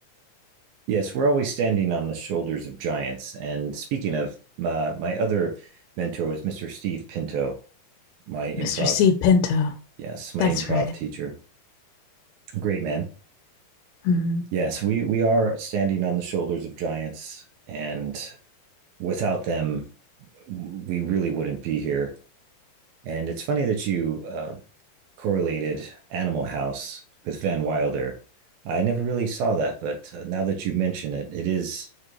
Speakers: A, on the right (about 75°); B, on the left (about 85°).
A: Yes, we're always standing on the shoulders of giants. And speaking of, uh, my other mentor was Mr. Steve Pinto, my improv
B: Mr. C. Pinto.
A: Yes, my
B: That's
A: improv
B: right.
A: teacher. Great man.
B: Mhm.
A: Yes, we we are standing on the shoulders of giants and without them we really wouldn't be here. And it's funny that you uh, correlated Animal House with Van Wilder. I never really saw that, but uh, now that you mention it, it is